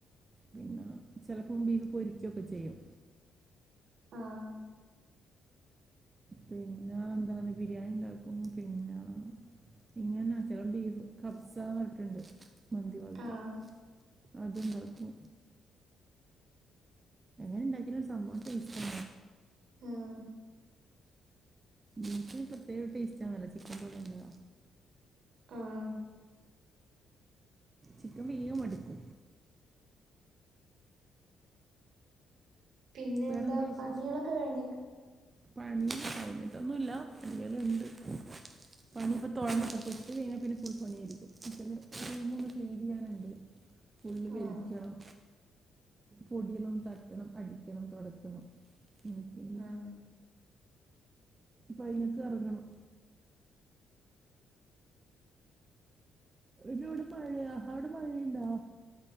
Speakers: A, on the right; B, on the right.
A: പിന്നെ ചെലപ്പം ബീഫ് പൊരിക്കൊക്കെ ചെയ്യും.
B: ആഹ്!
A: പിന്ന എന്താന്ന് ബിരിയാണിണ്ടാക്കും പിന്നെ- ഇങ്ങന ചെലോ ബീഫ് കബ്സാ പറട്ടുണ്ട് മന്തി പോലത്തെ
B: ആഹ്
A: അതുണ്ടാക്കും എങ്ങനെണ്ടാക്കിയാലു സംഭവം ടേസ്റ്റാ
B: ആഹ്
A: ബീഫിന് പ്രത്യേക ടേസ്റ്റ് ആണല്ല ചിക്കൻ പോലെയല്ല
B: ആഹ്
A: ചിക്കൻ വിയ്യ മടുക്കു
B: പിന്നെയെന്താ
A: വേറെന്താ വിശേഷം
B: പണികളൊക്കെ കഴിഞ്ഞോ
A: പണി കഴിട്ടൊന്നുല്ല പണികള്ണ്ട് പണി ഇപ്പ തുടങ്ങീട്ട
B: ആഹ്
A: കഴിഞ്ഞാ പിന്നെ ഫുൾ പണിയാരിക്കും റൂമൊന്ന് ക്ലീന്യ്യാനുണ്ട് ഫുള്ള് വെലിക്കണം
B: ആഹ്
A: പൊടിയെല്ലൊന്ന് തട്ടണം അടിക്കണം തൊടക്കണം ക്കെണ്ട്
B: ആഹ്
A: പൈനക്ക് എറങ്ങണം ടിവിടെ മഴയാ അവിടെ മഴയുണ്ടോ